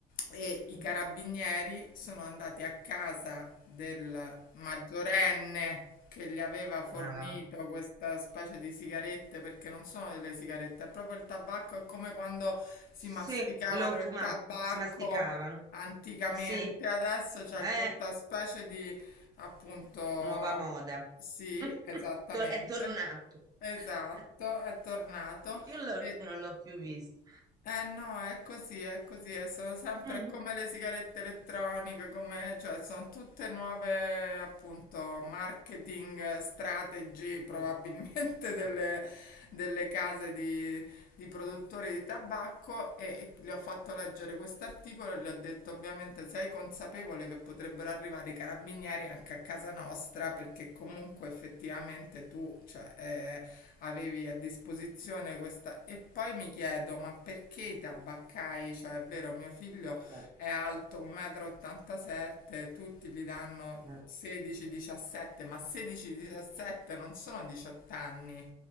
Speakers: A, on the left; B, on the right.
A: e i
B: Eh,
A: carabinieri sono andati a casa del maggiorenne che gli aveva fornito
B: ma no.
A: questa specie di sigarette, perché non sono delle sigarette, è proprio il tabacco, è come quando si
B: Sì,
A: masticavano
B: lo fumavano,
A: il tabacco
B: si masticavano.
A: anticamente.
B: Sì,
A: Adesso c'è
B: eh,
A: questa specie di, appunto,
B: nuova moda.
A: sì,
B: <laughs>
A: esattamente,
B: To- È tornato.
A: esatto,
B: <laughs>
A: è tornato.
B: Io lo-
A: E
B: non l'ho più visto.
A: eh no, è così, è così, e sono sempre
B: Mm.
A: come le sigarette elettroniche, come, cioè sono tutte nuove appunto marketing strategy probabilmente
B: Mm.
A: <laughs> delle,
B: Mm.
A: delle case di, di produttori di tabacco e, e gli ho fatto leggere quest'articolo e gli ho detto ovviamente sei consapevole che potrebbero arrivare i carabinieri anche a casa nostra perché comunque effettivamente tu cioè, eh, avevi a disposizione questa... E poi mi chiedo ma perché i tabaccai, cioè è vero mio figlio
B: Eh,
A: è alto 1,87 m, tutti gli danno
B: eh,
A: 16-17, ma 16-17 non sono 18 anni.